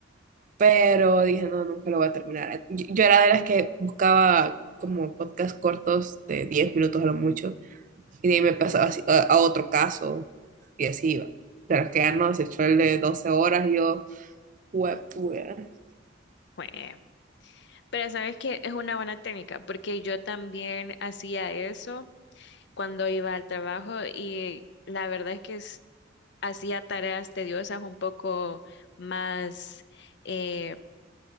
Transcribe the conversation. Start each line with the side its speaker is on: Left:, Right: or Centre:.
Right: pero dije, no, nunca lo voy a terminar. Yo, yo era de las que buscaba como podcast cortos de 10 minutos a lo mucho Y de ahí me pasaba así a, a otro caso y así iba. Pero que ya no, se echó el de doce horas y yo, huepuya.
Left: jue. Pero sabes que es una buena técnica, porque yo también hacía eso cuando iba al trabajo y la verdad es que es- hacía tareas tediosas un poco más, eh,